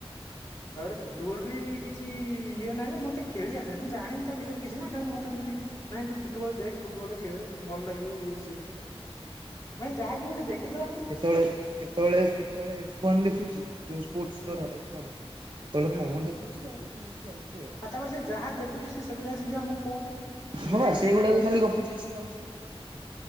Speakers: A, on the left; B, on the right.
A: ତାପରେ ଫୁଟବଲ ବି କିଛି ଇଏ ନାହିଁ ଯେ ମୋତେ ଖେଳି ଆସେନି ମୁଁ ଜାଣିନି ତା ବିଷୟରେ କିଛି ନା ତାପରେ ମତେ କହୁଛି ନାଇଁ ତୁ ଫୁଟବଲ ଦେଖ ଫୁଟବଲ ଖେଳ ଭଲ ଲାଗିବ ଇଏ ସିଏ, ମା ଯା ତାହା ବି ଗୋଟେ ଦେଖିଥଲ
B: କେତବେଳେ କେତେବେଳେ କେତେବେଳେ ଏଫ୍ ୱାନ ଦେଖୁଛି ଯୋଉ ସ୍ପୋର୍ଟସ
A: ହୁଁ
B: ୱାଲା ଏଫ୍ ୱାନ। କେତେବେଳେ
A: ହୁଁ
B: କଣ ଦେଖୁଛି ତାର ସେମିତି ଚାଲିଛି ଆଉ।
A: ଆଉ ତାପରେ ସେ ଯାହା ଦେଖୁଛି ସେ ସେଗୁରା ଆସିକି ବି ଆମକୁ କହୁଛି
B: ହଁ
A: ଏଇଆ
B: ବା ସେଇଗୁଡାକୁ
A: ଦେଖିଲି।
B: ଖାଲି ଗପୁଛି ଆସିକି ଆମ ସହ।